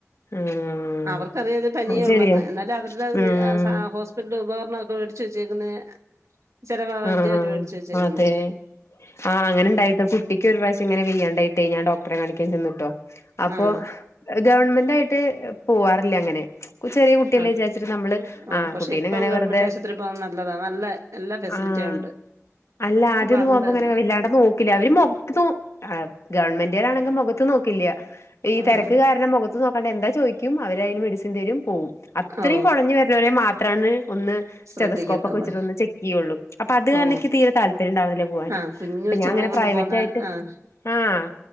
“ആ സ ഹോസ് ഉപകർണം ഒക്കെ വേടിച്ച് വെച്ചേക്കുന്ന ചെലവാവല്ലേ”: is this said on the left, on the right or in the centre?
Right